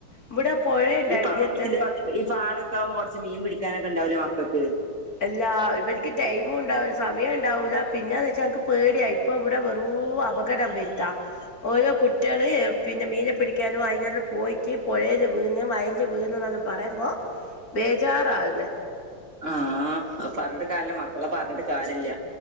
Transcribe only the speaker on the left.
ഇവിടെ പുഴയുണ്ടായിതിയ
തന്നെ
അല്ലാ ഇവരിക്ക് ടൈം മും ഉണ്ടാവി സമയോം ഇണ്ടാവൂല്ല പിന്നെന്ന് വെച്ചാ എനക്ക് പേടിയാ ഇപ്പൊ ഇവിടെ വെറു അപകടം <unintelligible> ഓരോ കുട്ടി കുട്ട്യാള് പിന്നെ മീനെ പിടിക്കാനും അയിലെല്ലാം പോയിട്ട് പൊഴേല് വീന്ന് വയലിൽ വീന്ന് വന്ന് പറയ്മ്പോ ബേജാറാക്ന്ന്